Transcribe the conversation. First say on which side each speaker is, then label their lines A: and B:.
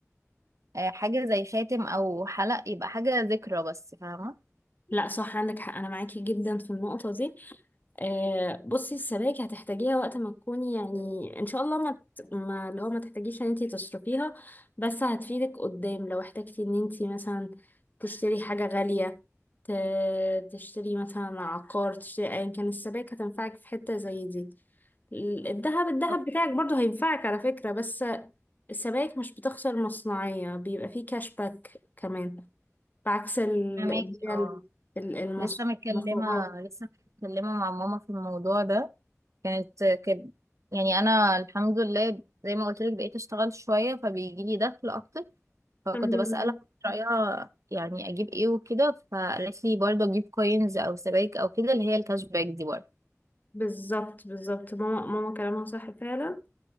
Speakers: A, on the right (about 70°); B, on the left (about 35°).
A: آه، حاجة زي خاتم او حلق يبقى حاجة ذكرى بس فاهمة
B: لا صح عندك حق انا معاكي جدا في النقطة دي آه، بصي السبايك هتحتاجيها وقت ما تكوني يعني ان شاء الله ما, ت... ما اللي هو ما تحتاجيش ان انتي تصرفيها بس هتفيدك قدام لو احتاجتي ان انتي مثلا تشتري حاجة غالية ت... تشتري مثلا عقار تشتري ايا كان السبائك هتنفعك في حتة زي دي ال- الذهب الذهب
A: طب
B: بتاعك برضو هينفعك على فكرة بس السبائك مش بتخسر مصنعية بيبقى فيه كاش باك كمان بعكس ال...
A: فاهماكي
B: اللي هي
A: اه
B: ال- ال- المص-
A: لسه متكلمة
B: المصبغات
A: لسه متكلمة مع ماما في الموضوع ده كانت كده يعني انا الحمد لله زي ما قلت لك بقيت اشتغل شويه فبيجي لي دخل اكتر فكنت
B: الحمد لله
A: بسالها رايها يعني اجيب ايه وكده فقالت لي برضه اجيب كوينز او سبائك او كده اللي هي الكاش باك دي برضه
B: بالظبط بالظبط ماما ماما كلامها صح فعلا